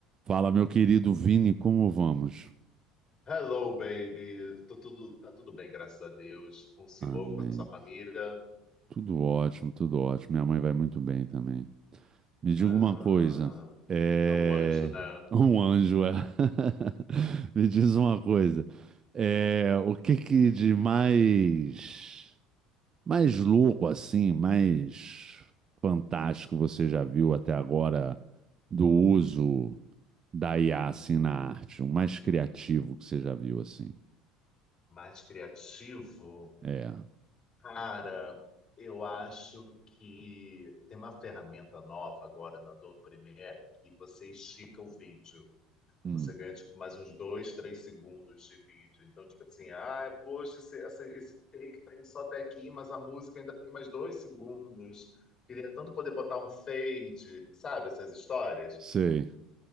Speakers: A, on the right; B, on the left.
A: Fala, meu querido Vini, como vamos?
B: Hello, baby. Tô tudo, tá tudo bem, graças a Deus. Com o senhor,
A: Amém.
B: com a sua família.
A: Tudo ótimo, tudo ótimo. Minha mãe vai muito bem também. Me diga
B: Ah,
A: uma coisa. É...
B: é um anjo, né?
A: <laughs> Um anjo, é. <laughs> Me diz uma coisa. É... O que que de mais... Mais louco, assim, mais fantástico você já viu até agora do uso da IA, assim, na arte? O mais criativo que você já viu, assim?
B: Mais criativo.
A: É.
B: Cara, eu acho que tem uma ferramenta nova agora no Adobe Premiere que você estica o vídeo.
A: hum.
B: Você ganha, tipo, mais uns dois, três segundos de vídeo. Então, tipo assim, ah, poxa, esse, essa, esse take tá indo só até aqui, mas a música ainda tem mais dois segundos. Queria tanto poder botar um fade, sabe, essas histórias?
A: Sei.